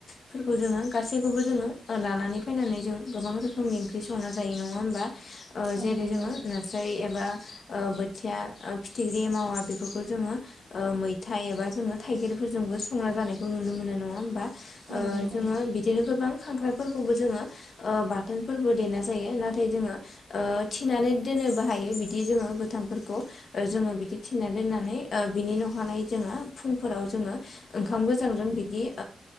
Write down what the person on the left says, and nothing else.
फोरखौ जोंङो गासैखौबो जोंङो लानानै फैनानै जों गोबां रोखोमनि ओंख्रि संना जायो नंङा होमबा? ओ
जेरै
जोंङो नास्राय एबा ओ बोथिया ओ फिथिख्रि मावा बेफोरखौ जोंङो ओ मैथा एबा जोंङो थाइगेरफोरजोंबो संना जानायखौ नुनो मोनो नंङा होमबा?
ओ
जोंङो बिदिनो गोबां खांख्राय फोरखौबो जोंङो ओ बाथोन फोरबो देना जायो नाथाय जोंङो थिनानै दोननोबो हायो बिदि जोंङो गोथांफोरखौ ओ जोंङो बिदि थिनानै दोननानै ओ बिनि न'खर खानाय जोङो फुंफोराव जोङो ओंखाम गोजांजों बिदि